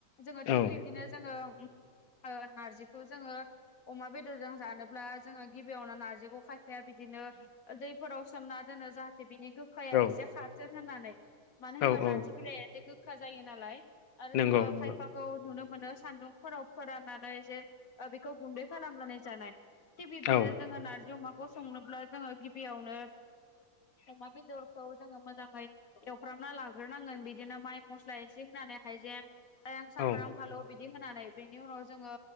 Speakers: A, on the left; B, on the left.
A: जोङो
B: औ
A: थिग बिब्दिनो जोङो ओ नारजिखौ जोङो अमा बेदरजों जानोब्ला जोङो गिबियावनो नारजिखौ खाय सेया बिदिनो दैफोराव सोमना दोनो जाहाथे बिनि गो खाया
B: औ
A: एसे खारथो होननानै मानो होनबा
B: औ
A: नार्जि
B: औ
A: बिलाइया एसे गोखा जायो नालाय आरो
B: नंगौ
A: जोङो
B: नंगौ
A: खायफाखौ नुनो मोनो सान्दुंफोराव फोराननानै एसे बेखौ गुन्दै खालामनानै जानाय थिग बिबदिनो
B: औ
A: जोङो नारजि अमा खौ संनोब्ला जोङो गिबियावनो अमा बेदरखौ जोङो मोजाङै एवफ्रामना लाग्रोनांगोन बिदिनो माइ मस्ला एसे होनानै हाइजें हां सामब्राम
B: औ
A: फालौ बिदि होनानै बेनि उनाव जोङो